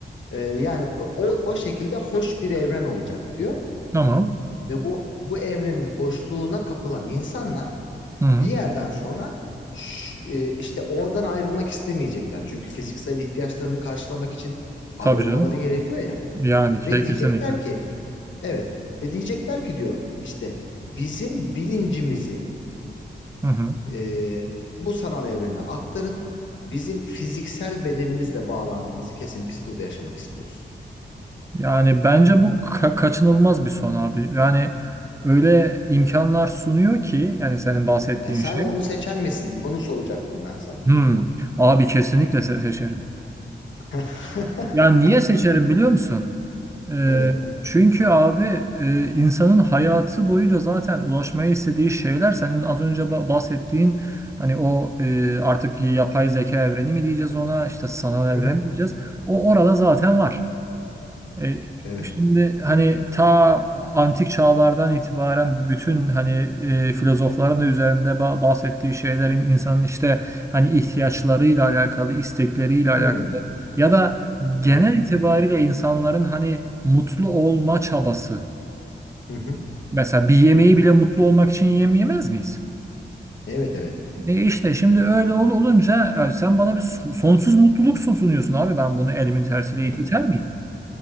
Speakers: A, on the left; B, on the right.
A: E, yani o, o şekilde hoş bir evren olacak diyor.
B: Tamam.
A: Ve bu bu evrenin hoşluğuna kapılan insanlar
B: Hı hı.
A: bir yerden sonra ş- e, işte oradan ayrılmak istemeyecekler. Çünkü fiziksel ihtiyaçlarını karşılamak için ayrılmaları
B: Tabii canım.
A: gerekiyor ya.
B: Yani şey
A: Ve diyecekler
B: kesinlikle.
A: ki evet ve diyecekler ki diyor işte bizim bilincimizi
B: Hı hı.
A: e, bu sanal evrene aktarın. Bizim fiziksel bedenimizle bağlantımızı kesin. Biz burada yaşamak istiyoruz.
B: Yani bence bu ka- kaçınılmaz bir son abi. Yani öyle imkanlar sunuyor ki yani senin bahsettiğin
A: Yani sen
B: şey.
A: onu seçer misin? Bunu soracaktım ben sana.
B: Hmm, abi kesinlikle se- seçerim.
A: <laughs>
B: Yani niye seçerim biliyor musun? Ee,
A: Evet.
B: çünkü abi e, insanın hayatı boyunca zaten ulaşmayı istediği şeyler senin az önce ba- bahsettiğin hani o e, artık yapay zeka evreni mi diyeceğiz ona işte sanal
A: Hı
B: evren
A: hı.
B: mi diyeceğiz? O orada zaten var. E,
A: Evet.
B: şimdi hani ta antik çağlardan itibaren bütün hani e, filozofların da üzerinde ba- bahsettiği şeylerin insanın işte hani ihtiyaçlarıyla alakalı, istekleriyle alakalı
A: Hmm.
B: ya da genel
A: Evet.
B: itibariyle insanların hani mutlu olma çabası.
A: Hı hı.
B: Mesela bir yemeği bile mutlu olmak için yem yemez miyiz?
A: Evet evet.
B: E işte şimdi öyle ol olunca e, sen bana bir so- sonsuz mutluluk sunuyorsun abi ben bunu elimin tersiyle
A: Hı hı.
B: it- iter miyim?